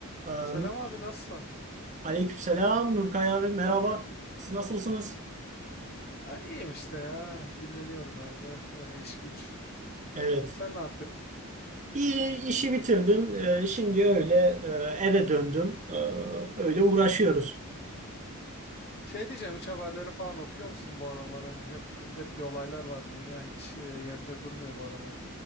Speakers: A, on the right (about 35°); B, on the left (about 50°).
A: Aa,
B: Selam
A: Nur,
B: abi nasılsın?
A: aleykümselam Nurkay abi merhaba. Siz nasılsınız?
B: Ha, iyiyim işte ya. Dinleniyorum evde. Öyle iş güç.
A: Evet.
B: Sen ne yapıyorsun?
A: İyi işi bitirdim. Ee, şimdi öyle e, eve döndüm. Ee, öyle uğraşıyoruz.
B: Şey diyeceğim hiç haberleri falan okuyor musun bu aralar? Hani hep hep bir olaylar var. Dünya hiç e, yerinde durmuyor bu aralar.